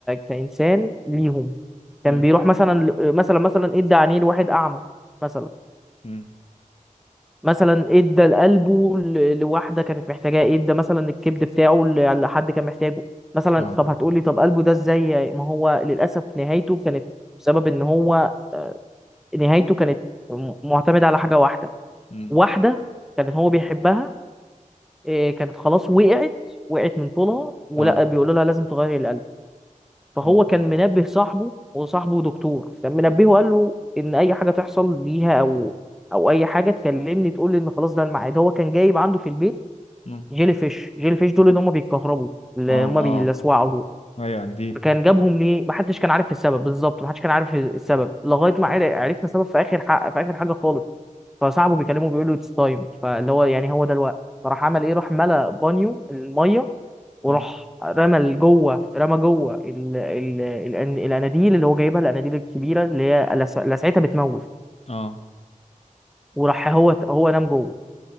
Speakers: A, in the centre; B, on the left (about 50°).
A: كانسان ليهم كان
B: امم
A: بيروح مثلا مثلا مثلا ادى عينيه لواحد اعمى مثلا
B: امم
A: مثلا ادى لقلبه ل- لواحده كانت محتاجاه ادى مثلا الكبد بتاعه ل- لحد كان محتاجه مثلا
B: اه
A: طب هتقولي طب قلبه ده ازاي ما هو للاسف نهايته كانت بسبب ان هو آه، نهايته كانت م- معتمده على حاجه واحده
B: امم
A: واحده كان هو بيحبها إيه، كانت خلاص وقعت وقعت من طولها ولا
B: اه
A: بيقولوا لها لازم تغيري القلب فهو
B: امم
A: كان منبه صاحبه وصاحبه دكتور كان منبهه وقال له ان اي حاجه تحصل ليها او او اي حاجه تكلمني تقول لي ان خلاص ده الميعاد هو كان جايب عنده في البيت
B: امم
A: جيلي فيش جيلي فيش دول اللي هم بيتكهربوا اللي
B: اه
A: هم
B: اه
A: بيلسوعوا دول
B: ايوه عندي
A: فكان جابهم ليه محدش كان عارف السبب بالظبط محدش كان عارف السبب لغايه ما عر- عرفنا سبب في اخر حق في اخر حاجه خالص فصاحبه بيكلمه بيقول له اتس تايم فاللي هو يعني هو ده الوقت فراح عمل ايه راح ملى بانيو الميه وراح
B: امم
A: رمى لجوه رمى جوه ال... ال... ال... الاناديل اللي هو جايبها الاناديل الكبيره اللي هي لس- لسعتها بتموت
B: اه
A: وراح هو هو نام جوه